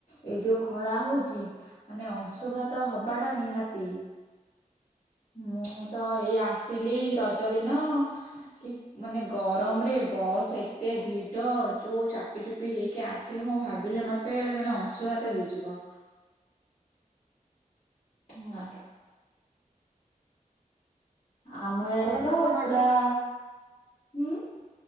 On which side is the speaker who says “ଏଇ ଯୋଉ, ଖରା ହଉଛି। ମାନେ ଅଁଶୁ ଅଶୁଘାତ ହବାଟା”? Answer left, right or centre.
Left